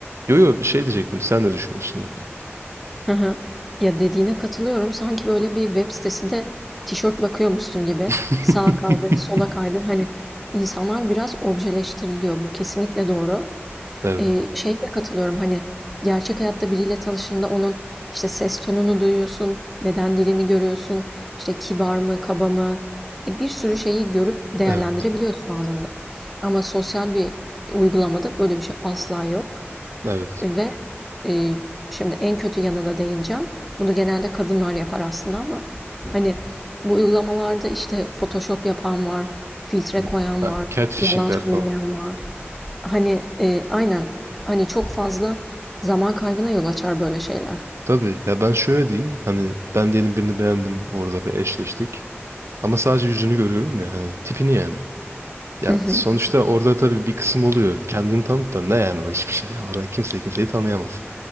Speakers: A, on the right; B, in the centre.
A: Yo yo şey diyecektim sen ne düşünüyorsun diye diyecektim.
B: Hı hı. Ya, dediğine katılıyorum. Sanki böyle bir web sitesinde tişört bakıyormuşsun gibi.
A: <laughs>
B: Sağa kaydır, sola kaydır. Hani insanlar biraz objeleştiriliyor. Bu kesinlikle doğru.
A: Evet
B: Ee, şeye de katılıyorum. Hani gerçek hayatta biriyle tanıştığında onun işte ses tonunu duyuyorsun, beden dilini görüyorsun, işte kibar mı, kaba mı, E, bir sürü şeyi görüp değerlendirebiliyorsun
A: evet
B: anında. Ama sosyal bir uygulamada böyle bir şey asla yok.
A: evet.
B: Ve e, şimdi en kötü yanına değineceğim. Bunu genelde kadınlar yapar aslında ama hani bu uygulamalarda işte Photoshop yapan var, filtre
A: Hı.
B: koyan
A: Ha,
B: var,
A: catfishingler
B: yalan söyleyen
A: falan.
B: var. Hani e, aynen hani çok fazla zaman kaybına yol açar böyle şeyler.
A: Tabii ya ben şöyle diyeyim hani ben diyelim birini beğendim orada ve eşleştik ama sadece yüzünü görüyorum ya hani tipini yani. Ya
B: Hı hı.
A: sonuçta orada tabii bir kısım oluyor kendini tanıt da ne yani o hiçbir şey orada kimse kimseyi tanıyamaz.